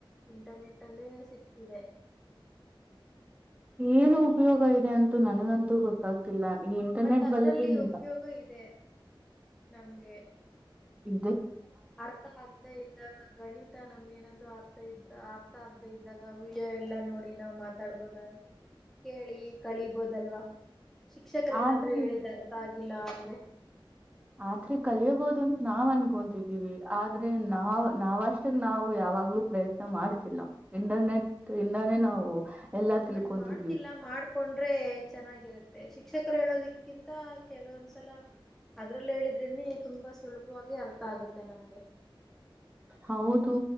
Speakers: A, in the centre; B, on the right.
A: ಇಂಟರ್ನೆಟ್ ಅಲ್ಲೇ ಸಿಕ್ತಿದೆ.
B: ಏನು ಉಪಯೋಗ ಇದೆ ಅಂತೂ ನನಗಂತೂ ಗೊತ್ತಾಗ್ತಿಲ್ಲ. ಈ ಇಂಟರ್ನೆಟ್
A: ಬಟ್ ಅದ್ರಲ್ಲಿ
B: ಬಳಕೆಯಿಂದ
A: ಉಪಯೋಗ ಇದೆ ನಮ್ಗೆ.
B: ಇ
A: ಅರ್ಥ ಆಗ್ತಾ ಇದ್ದಾಗ ಗಣಿತ ನಮ್ಗೆ ಏನಾದ್ರು ಅರ್ಥ ಇದ್ದ ಅರ್ಥ ಆಗದೆ ಇದ್ದಾಗ ಡಿಯೋ ಎಲ್ಲಾ ನೋಡಿ ನಾವು ಮಾತಾಡ್ಬೋದ. ಕೇಳಿ ಕಳೀಬೋದಲ್ವಾ. ಶಿಕ್ಷಕರ ಏನಾದ್ರು
B: ಆದ್ರೆ
A: ಹೇಳಿದ್ದ ಅರ್ಥ ಆಗಿಲ್ಲ ಅಂದ್ರೆ.
B: ಆದ್ರೆ ಕಲಿಯಬೋದು ಅಂತ ನಾವ್ ಅನ್ಕೊತಿದ್ದೀವಿ ಆದ್ರೆ ನಾವ್ ನಾವಷ್ಟಾಗ ನಾವು ಯಾವ. ಯಾವಾಗ್ಲೂ ಪ್ರಯತ್ನ ಮಾಡ್ತಿಲ್ಲ ಇಂಟರ್ನೆಟ್ ಇಂದಾನೇ ನಾವು. ಎಲ್ಲಾ ತಿಳ್ಕೊಂತಿದ್ವಿ
A: ಬಟ್ ಮಾಡ್ತಿಲ್ಲ ಮಾಡ್ಕೊಂಡ್ರೆ ಚೆನ್ನಾಗಿರತ್ತೆ ಶಿಕ್ಷಕರು ಹೇಳೋದಿಕ್ಕಿಂತ ಕೆಲವೊಂದ್ಸಲ ಅದ್ರಲ್ ಹೇಳಿದ್ರೇನೆ ತುಂಬಾ ಸುಲಭವಾಗಿ ಅರ್ಥ ಆಗತ್ತೆ ನಮ್ಗೆ.
B: ಹೌದು